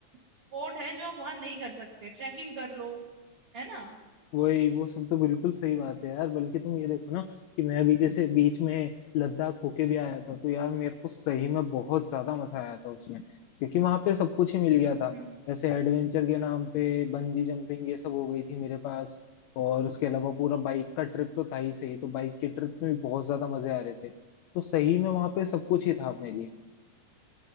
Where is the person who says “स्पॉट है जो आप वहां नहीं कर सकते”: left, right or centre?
Right